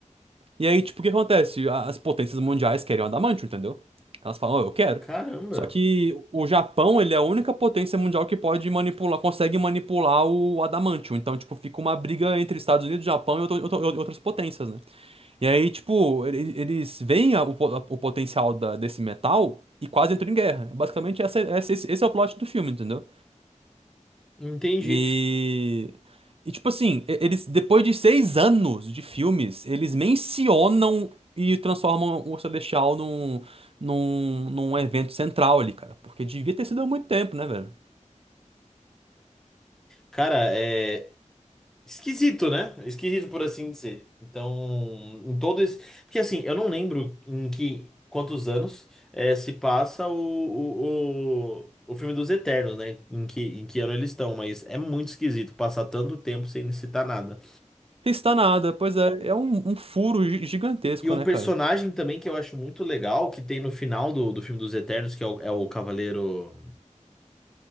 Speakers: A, on the right (about 50°); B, in the centre.
A: E aí, tipo, o que acontece? As potências mundiais querem o adamantium, entendeu? Elas falam, "Ó, eu quero.
B: Caramba,
A: Só que o Japão, ele é a única potência mundial que pode manipular, consegue manipular o adamantium. Então, tipo, fica uma briga entre Estados Unidos, Japão e outro- outro- outras potências, né? E aí, tipo, ele- eles veem a- o, po- o potencial da- desse metal e quase entram em guerra. Basicamente, essa- essa- esse esse é o plot do filme, entendeu?
B: entendi.
A: E, e tipo assim, e- eles depois de seis anos de filmes, eles mencionam e transformam o Celestial num, num, num evento central ali, cara. Porque devia ter sido há muito tempo, né, velho?
B: Cara, é esquisito, né? Esquisito por assim dizer. Então, em todo esse. Porque assim, eu não lembro em que quantos anos é, se passa o, o, o, o filme dos Eternos, né? Em que, em que ano eles estão, mas é muito esquisito passar tanto tempo sem citar nada.
A: Não está nada, pois é, é um, um furo gi- gigantesco,
B: E um
A: né,
B: personagem
A: cara?
B: também que eu acho muito legal, que tem no final do, do filme dos Eternos, que é o, é o Cavaleiro.